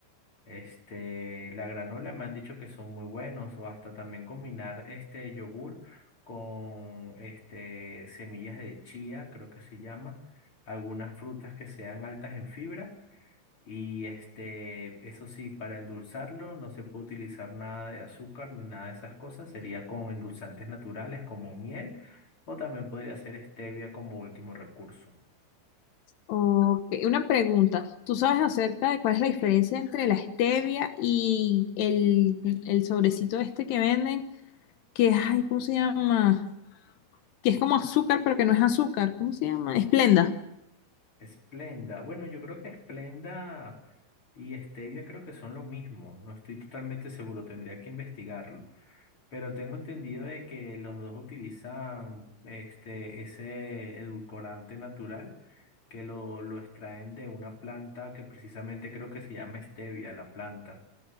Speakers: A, on the left; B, on the left.
A: Este, la granola me han dicho que son muy buenos o hasta también combinar este yogur con este semillas de chía, creo que se llama, algunas frutas que sean altas en fibra y este, eso sí, para endulzarlo no se puede utilizar nada de azúcar ni nada de esas cosas, sería con endulzantes naturales como miel o también podría ser stevia como último recurso.
B: Ok, una pregunta. ¿Tú sabes acerca de cuál es la diferencia entre la stevia y el, el sobrecito este que venden? Que, ay, ¿cómo se llama? que es como azúcar, pero que no es azúcar. ¿Cómo se llama? Esplenda.
A: Splenda. Bueno, yo creo que Splenda y Stevia creo que son lo mismo. No estoy totalmente seguro, tendría que investigarlo. Pero tengo entendido de que los dos utilizan este, ese edulcorante natural que lo, lo extraen de una planta que precisamente creo que se llama Stevia, la planta.